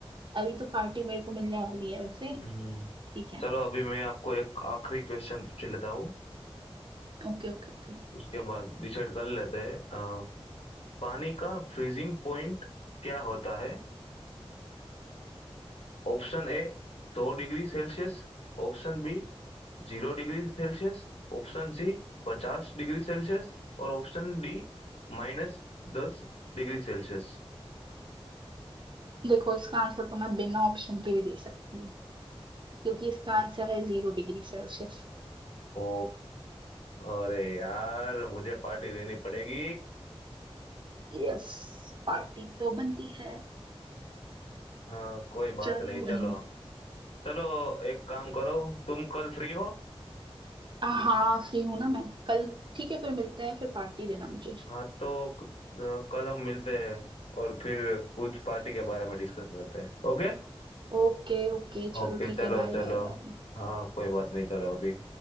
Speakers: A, on the right (about 50°); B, on the left (about 75°).
A: अभी तो पार्टी मेरे को मिलने वाली है वैसे
B: हम्म
A: ठीक है
B: चलो अभी मैं आपको एक आखिरी क्वेश्चन पूछ लेता हूँ
A: Okay okay okay
B: उसके बाद डिसाइड कर लेते हैं अ, पानी का फ्रीजिंग पॉइंट क्या होता है ऑप्शन ए सौ degree Celsius option B zero degree Celsius option C पचास डिग्री सेल्सियस और ऑप्शन डी माइनस दस डिग्री सेल्सियस
A: देखो इसका आंसर तो मैं बिना ऑप्शन के भी दे सकती हूँ क्योंकि इसका
B: ओ,
A: आंसर है zero degree Celsius
B: ओ अरे यार मुझे पार्टी देनी पड़ेगी
A: Yes Party तो बनती है
B: अ, कोई बात
A: चलो
B: नहीं
A: बढ़िया
B: चलो चलो एक काम करो तुम कल फ्री हो
A: हाँ फ्री हूं ना मैं कल ठीक है फिर मिलते हैं फिर पार्टी देना मुझे
B: हाँ तो क- अ, कल हम मिलते हैं और फिर कुछ पार्टी के बारे में डिस्कस करते हैं ओके
A: ओके ओके चलो
B: ओके
A: ठीक
B: चलो
A: है बाय
B: चलो
A: बाय बाय
B: हाँ कोई बात नहीं चलो अभी